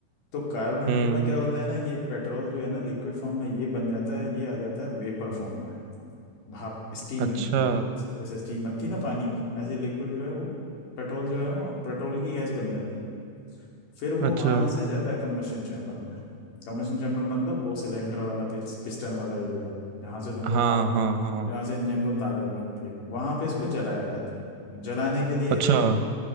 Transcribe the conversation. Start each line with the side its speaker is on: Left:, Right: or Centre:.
Left: तो कार्बोरेटर
Right: हम्म
Left: में क्या होता है ना ये पेट्रोल जो है ना लिक्विड फॉर्म में ये बन जाता है ये आ जाता है वेपर फॉर्म में भाप स्टीम
Right: अच्छा
Left: बन जाता है जैसे जैसे स्टीम बनती है ना पानी की ऐसे लिक्विड जो है वो पेट्रोल जो है वो पेट्रोल की गैस बन जाती है फिर वो
Right: अच्छा
Left: वहां से जाता है कम्बशन चैम्बर में कम्बशन चैम्बर मतलब वो सिलेंडर वाला पिस्टन वाला एरिया जहाँ से तुमको
Right: हाँ
Left: ताकत
Right: हाँ हाँ
Left: जहाँ से इंजन को ताकत मिलती है वहां पे इसको जलाया जाता है जलाने के लिए
Right: अच्छा
Left: तो